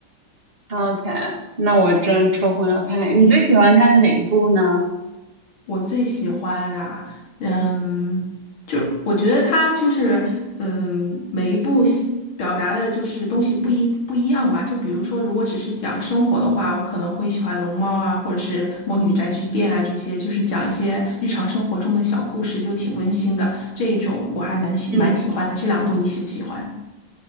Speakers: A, on the right; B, on the left.
A: ，OK，那我真抽空要看。看，你最喜欢他的哪一部呢？
B: 我最喜欢啊，嗯，就是我觉得他就是，嗯，每一部戏表达的就是东西不一不一样吧。就比如说，如果只是讲生活的话，我可能会喜欢《龙猫》啊，或者是《魔女宅急便》啊，这些就是讲一些日常生活中的小故事，就挺温馨的。这一种我还蛮喜蛮喜欢的。
A: 嗯，
B: 这两部你喜不喜欢？